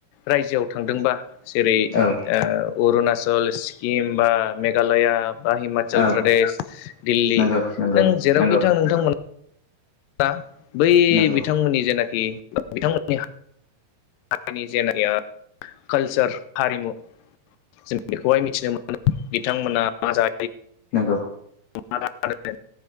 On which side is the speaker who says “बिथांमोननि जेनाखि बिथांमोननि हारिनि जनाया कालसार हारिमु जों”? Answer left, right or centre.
Left